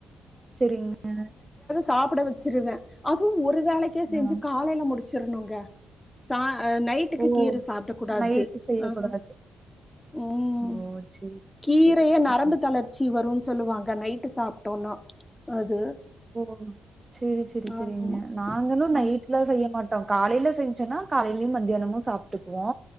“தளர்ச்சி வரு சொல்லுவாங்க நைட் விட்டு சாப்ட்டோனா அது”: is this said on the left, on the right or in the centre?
Left